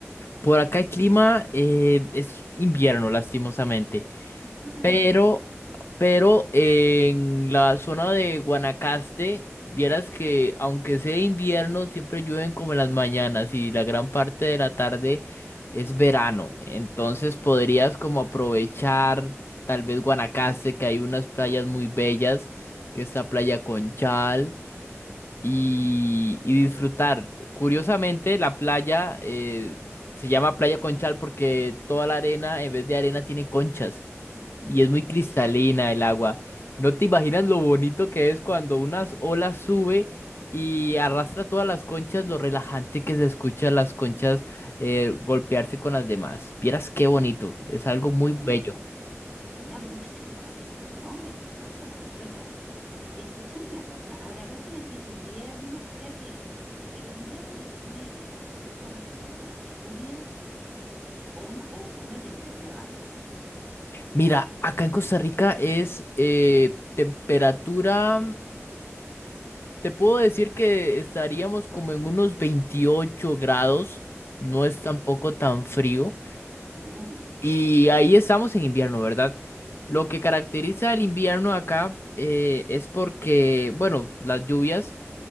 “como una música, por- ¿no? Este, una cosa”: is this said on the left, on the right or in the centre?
Left